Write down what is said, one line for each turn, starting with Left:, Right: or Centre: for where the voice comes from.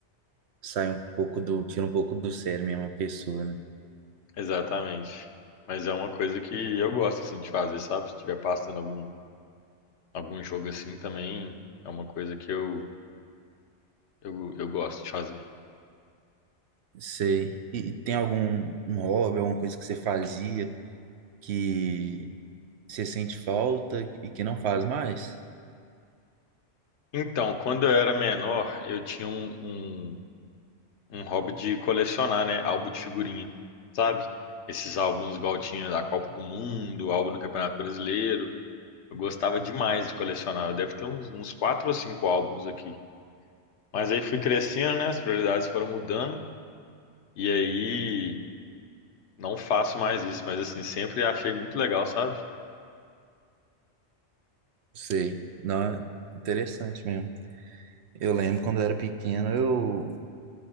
Right: sai um pouco do, tira um pouco do sério mesmo a pessoa, né?
Left: <laughs> Exatamente. Mas é uma coisa que eu gosto assim de fazer, sabe? Se estiver passando algum, algum jogo assim também, é uma coisa que eu, eu, eu gosto de fazer.
Right: Sei. E, e tem algum um hobby, alguma coisa que você fazia que você sente falta e que não faz mais?
Left: Então, quando eu era menor, eu tinha um, um- um hobby de colecionar, né? Álbum de figurinha, sabe? Esses álbuns igual tinha da Copa do Mundo, álbum do Campeonato Brasileiro. Eu gostava demais de colecionar. Eu devo ter uns, uns quatro ou cinco álbuns aqui. Mas aí fui crescendo, né? As prioridades foram mudando. E aí não faço mais isso. Mas assim, sempre achei muito legal, sabe?
Right: Sei. Não, é interessante mesmo. Eu lembro quando eu era pequeno, eu